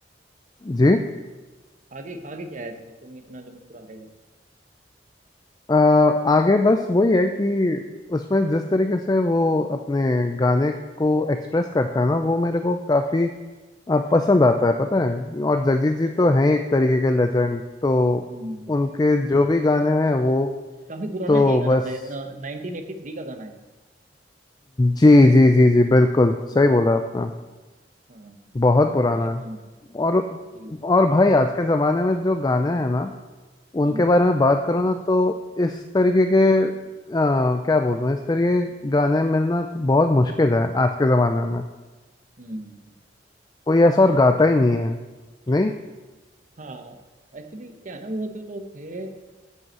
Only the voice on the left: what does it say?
जी
अ, आगे बस वही है कि उसमें जिस तरीके से वो अपने गाने को एक्सप्रेस करता है ना वो मेरे को काफी अ, पसंद आता है पता है और जगजीत जी
तो
हैं ही एक तरीके के लेजेंड तो
उनके जो भी गाने हैं वो
तो
बस
जी जी जी जी बिल्कुल सही बोला आपने
बहुत पुराना
है
और
और भाई आज के जमाने में जो गाने हैं ना उनके
बारे में बात करो ना तो इस तरीके के आ, क्या बोलूँ इस तरीके के गाने मिलना तो बहुत मुश्किल है आज के ज़माने में
कोई ऐसा और गाता ही नहीं है नहीं